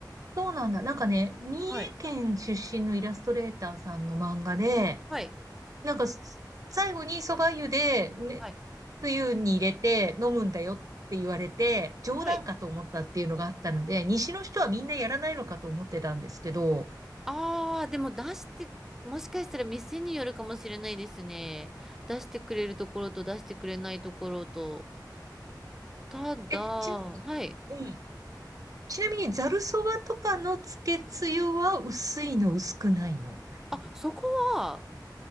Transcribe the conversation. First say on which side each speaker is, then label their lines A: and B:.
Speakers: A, on the right; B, in the centre.
A: そうなんだ。なんかね、三重県出身のイラストレーターさんの漫画で、
B: はい、はい、
A: なんか、す最後に蕎麦湯で、ね、
B: はい、
A: 冬に入れて飲むんだよって言われて、冗談かと思ったっていうのがあったので、
B: はい。
A: 西の人はみんなやらないのかと思ってたんですけど、
B: あー、でも出して、もしかしたら店によるかもしれないですね。出してくれるところと出してくれないところと。ただ、
A: え、
B: はい。
A: ちな、うん。ちなみに、ざる蕎麦とかのつけつゆは薄いの、薄くないの
B: あ、そこは、